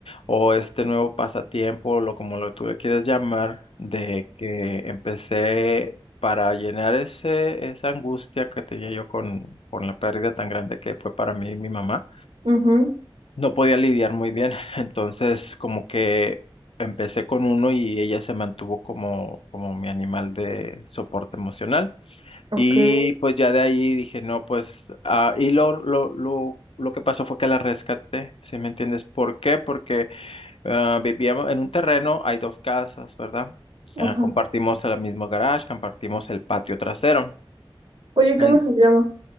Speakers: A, on the left (about 75°); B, on the right (about 65°).
A: o este nuevo pasatiempo, lo como lo tú le quieras llamar, de que empecé para llenar ese, esa angustia que tenía yo con, con la pérdida tan grande que fue para mí mi mamá.
B: ujú,
A: No podía lidiar muy bien, <laughs> entonces como que empecé con uno y ella se mantuvo como, como mi animal de soporte emocional.
B: ok.
A: Y pues ya de ahí dije, no, pues, ah, y lo, lo, lo, lo que pasó fue que la rescaté, ¿sí me entiendes? ¿Por qué? Porque ah, vivíamos en un terreno, hay dos casas, ¿verdad? Ah,
B: Ajá.
A: compartimos el mismo garage, compartimos el patio trasero.
B: Oye, ¿cómo
A: En-
B: se llama?